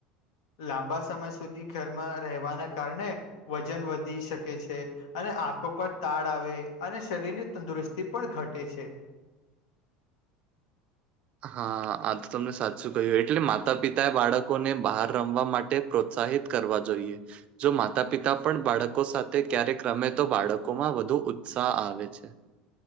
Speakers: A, on the left (about 85°); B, on the right (about 40°).
A: લાંબા સમય સુધી ઘરમાં રહેવાના કારણે વજન વધી શકે છે અને આંખો પર તાળ આવે અને શરીરની તંદુરસ્તી પણ ઘટે છે
B: હા આ તો તમને સાચું કહ્યું એટલે માતા પિતાએ બાળકોને બહાર રમવા માટે પ્રોત્સાહિત કરવા જોઈએ જો માતા પિતા પણ બાળકો સાથે ક્યારેક્રમે તો બાળકો માં વધુ ઉત્સાહ આવે છે